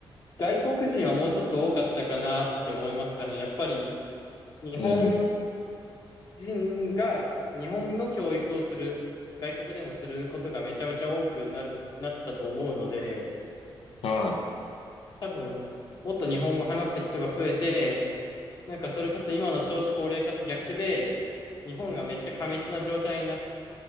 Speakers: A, on the left; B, on the left.
A: 外国人はもうちょっと多かったかなって思いますかね。やっぱり、日本
B: うん。
A: 人が、日本の教育をする、外国でもすることがめちゃめちゃ多くなる、なったと思うので、
B: はい。
A: 多分、もっと日本語話す人が増えて、なんかそれこそ今の少子高齢化と逆で、日本がめっちゃ過密な状態にな、